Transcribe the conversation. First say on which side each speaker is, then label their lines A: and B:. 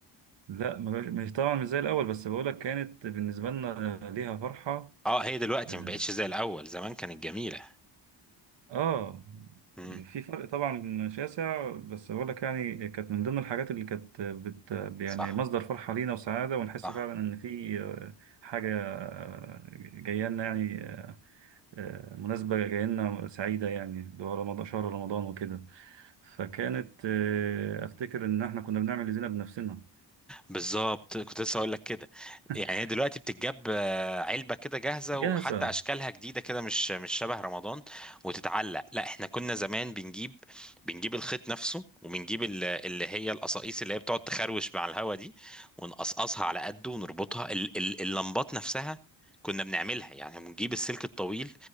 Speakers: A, on the right; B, in the centre.
A: لا ما بقاش- مش طبعا مش زي الاول بس بقولك كانت بالنسبه لنا ليها فرحه
B: اه هي دلوقتي
A: اه
B: ما بقتش زي الأول زمان كانت جميلة
A: آه،
B: مم.
A: في فرق طبعا شاسع بس بقولك يعني كانت من ضمن الحاجات اللي كانت بت يعني
B: صح
A: مصدر فرحه لينا وسعاده ونحس
B: صح
A: فعلا ان في آه، حاجه آه، جايه لنا يعني آه، آه، مناسبه جايه لنا سعيده يعني اللي هو رمضان شهر رمضان وكده فكانت آه، افتكر ان احنا كنا بنعمل اللي زينا بنفسنا
B: بالظبط كنت لسه هقول لك كده
A: <laughs>
B: يعني هي دلوقتي بتتجاب آه، علبه كده جاهزه
A: جاهزه
B: وحتى اشكالها جديده كده مش مش شبه رمضان وتتعلق لا احنا كنا زمان بنجيب بنجيب الخيط نفسه وبنجيب ال- اللي هي القصاقيس اللي هي بتقعد تخروش مع الهوا دي ونقصقصها على قده ونربطها ال- ال- اللمبات نفسها كنا بنعملها يعني بنجيب السلك الطويل